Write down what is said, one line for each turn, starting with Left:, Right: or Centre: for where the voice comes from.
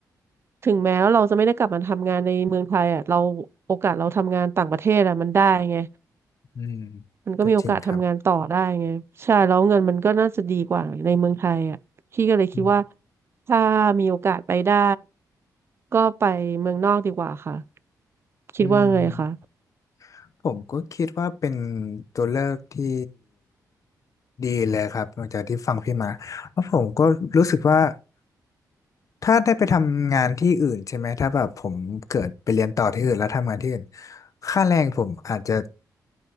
Right: ถึงแม้ว่าเราจะไม่ได้กลับมาทำงานในเมืองไทยอ่ะเราโอกาสเราทำงานต่างประเทศอ่ะมันได้ไง
Left: อืม
Right: มันก็มีโอกาสทำงานต่อได้ไงใช่แล้วเงินมันก็น่าจะดีกว่าในเมืองไทยอ่ะพี่ก็เลยคิดว่า
Left: ก็จริงครับอืม
Right: ถ้ามีโอกาสไปได้ก็ไปเมืองนอกดีกว่าค่ะคิดว่าไงคะ
Left: อืม ผมก็คิดว่าเป็นตัวเลือกที่ดีเลยครับหลังจากที่ฟังพี่มาแล้วผมก็รู้สึกว่าถ้าได้ไปทำงานที่อื่นใช่ไหมถ้าแบบผมเกิดไปเรียนต่อที่อื่นแล้วทำงานที่อื่นค่าแรงผมอาจจะ